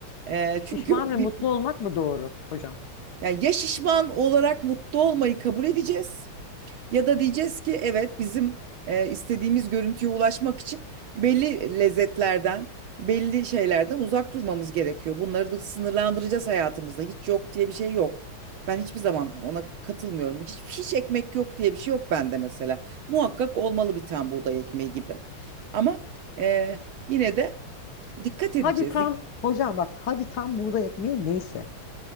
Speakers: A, on the right (about 70°); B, on the left (about 55°).
A: Ee,
B: pişman
A: çünkü
B: ve
A: bir,
B: mutlu olmak mı doğru hocam?
A: yani ya şişman olarak mutlu olmayı kabul edeceğiz ya da diyeceğiz ki evet bizim e, istediğimiz görüntüye ulaşmak için belli lezzetlerden, belli şeylerden uzak durmamız gerekiyor. Bunları da sınırlandıracağız hayatımızda. Hiç yok diye bir şey yok. Ben hiçbir zaman ona katılmıyorum. Hiç, hiç ekmek yok diye bir şey yok bende mesela. Muhakkak olmalı bir tane buğday ekmeği gibi. Ama e, yine de dikkat edeceğiz.
B: Hadi tam
A: Dik-
B: hocam bak hadi tam buğday ekmeği neyse.